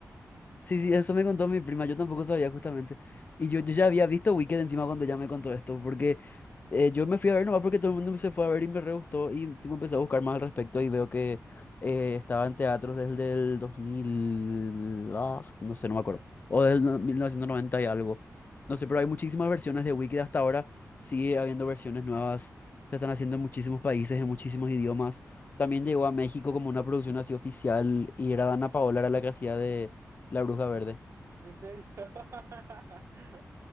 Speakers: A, on the left; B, on the right.
A: Sí, sí, eso me contó mi prima, yo tampoco sabía justamente. Y yo, yo ya había visto Wicked encima cuando ya me contó esto, porque eh, yo me fui a ver nomás porque todo el mundo se fue a ver y me re gustó y tipo, empecé a buscar más al respecto y veo que eh, estaba en teatros desde el 2000, ah, no sé, no me acuerdo, o del no- 1990 y algo. No sé, pero hay muchísimas versiones de Wicked hasta ahora, sigue habiendo versiones nuevas, se están haciendo en muchísimos países, en muchísimos idiomas. También llegó a México como una producción así oficial y era Dana Paola, era la que hacía de... La Bruja Verde.
B: En serio. <laughs>